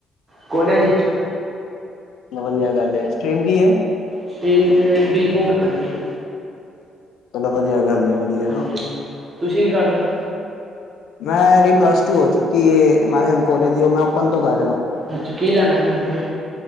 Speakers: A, on the right; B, on the left.
A: ਕੋਲੇਜ ਵਿੱਚ
B: ਵਧੀਆ ਗੱਲ ਹੈ ਸਟ੍ਰਰੀਮ ਕੀ ਹੈ।
A: ਸਟ੍ਰੀਮ ਤੇ ਬੀ ਘਮ ਆ ਗ ਹੈ।
B: ਚਲੋ ਵਧੀਆ ਗੱਲ ਵਧੀਆ
A: ਹਾਂਜੀ
B: ਤ
A: ਹਾਂਜੀ ਤੁਸੀਂ ਕੀ ਕਰ ਰਹੇ ਹੋ।
B: ਮੈਂਰੀ ਪਲੱਸ ਟੂ ਹੋ ਚੁੱਕੀ ਹੈ ਮੈਂ ਵੀ ਹੁਣ ਕੋਲੇਜ ਉਹ ਮੈਂ ਓਪਨ ਤੋਂ ਕਰ ਰਿਹਾ।
A: ਅੱਛਾ ਕੀ ਲੈਣਾ ਫੇਰ ਅੱਗੇ?